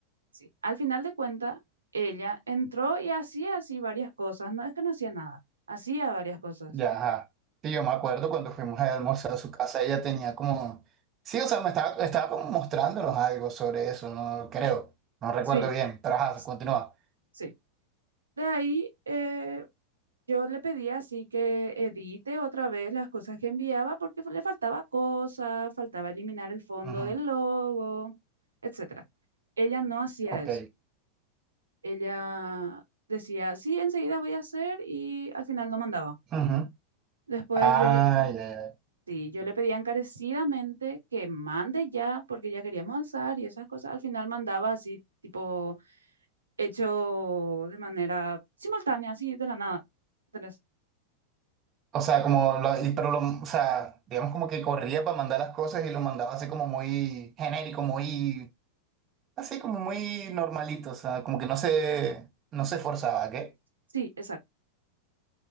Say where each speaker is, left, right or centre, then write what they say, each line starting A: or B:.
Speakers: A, on the right; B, on the right.
A: Sí. Al final de cuentas, ella entró y hacía así varias cosas. No es que no hacía nada, hacía varias cosas.
B: ya, ajá. Sí, yo me acuerdo cuando fuimos a almorzar a su casa, ella tenía como. Sí, o sea, me estaba, estaba como mostrándonos algo sobre eso, no creo. No recuerdo
A: Sí,
B: bien, pero ajá,
A: s-
B: continúa.
A: sí. De ahí eh, yo le pedí así que edite otra vez las cosas que enviaba porque le faltaba cosas, faltaba eliminar el fondo
B: Ajá,
A: del logo, etcétera. Ella no hacía
B: ok.
A: eso. Ella decía, sí, enseguida voy a hacer y al final no mandaba.
B: Ajá.
A: Después
B: Ay,
A: yo le,
B: ay, ay.
A: Sí, yo le pedía encarecidamente que mande ya, porque ya queríamos alzar y esas cosas. Al final mandaba así, tipo, hecho de manera simultánea, así de la nada. ¿Entendés?
B: O sea, como, lo- y- pero lo, o sea, digamos como que corría para mandar las cosas y lo mandaba así como muy genérico, muy, así como muy normalito, o sea, como que no se, no se esforzaba, ¿qué?
A: Sí, exacto.